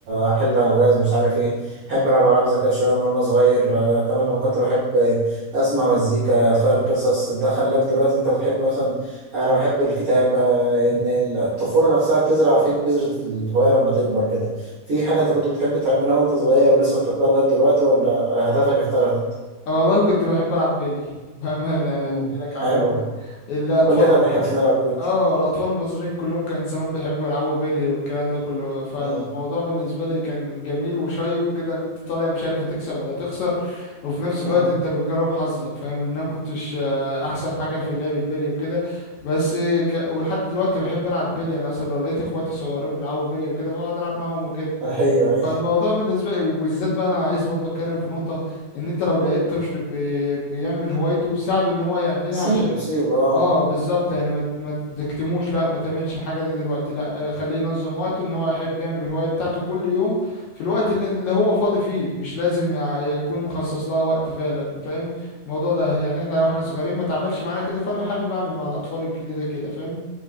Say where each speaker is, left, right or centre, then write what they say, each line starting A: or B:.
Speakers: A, on the right; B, on the left.
A: أحل ألغاز مش عارف إيه بحب ألعب ألعاب ذكاء شوية من وأنا صغير آه كمان لما كنت بحب آه، أسمع مزيكا أتخيل قصص ده خلاك دلوقتي أنت بتحب مثلا أنا بحب الكتاب آه إن الطفولة نفسها بتزرع فيك بذرة الهواية لما تكبر كده في حاجة أنت كنت بتحب تعملها وأنت صغير ولسه بتحبها لغاية دلوقتي ولا أهدافك اختلفت؟
B: أنا والله كنت بحب ألعب بيلي <laughs> بأمانة
A: مم.
B: أنا قلت لك على
A: حلو
B: الدكر الأطفال
A: كلنا بنحب نلعب بولي
B: اه الاطفال المصريين كلهم كان زمان بيحبوا يلعبوا بيلي والكلام ده كله فالموضوع
A: اه
B: بالنسبه لي كان جميل وشيق كده ان انت طالع مش عارف هتكسب ولا تخسر وفي نفس
A: اه
B: الوقت انت بتجرب حظك فاهم ان انا كنتش آه، احسن حاجه في اللعب البيلي وكده بس ك... ولحد دلوقتي بحب العب بيلي انا مثلا لو لقيت اخواتي الصغيرين بيلعبوا بيلي وكده بقعد العب معاهم وكده
A: ايوه ايوه
B: فالموضوع بالنسبه لي وبالذات بقى انا عايز برضه اتكلم في نقطه ان انت لو لقيت طفل بي... بيعمل هوايته ساعده ان هو يعملها
A: سيبه
B: عشان
A: سيبه اه
B: اه بالظبط يعني ما ت- ما تكتموش لا ما تعملش الحاجه دي دلوقتي لا آه، خليه ينظم وقته ان هو يحب يعمل الهوايه بتاعته كل يوم في الوقت اللي اللي هو فاضي فيه مش لازم يع- يكون مخصص لها وقت فعلا فاهم الموضوع ده يعني احنا واحنا صغيرين ما اتعملش معانا كده فانا حابب اعمل مع الاطفال الجديده كده فاهم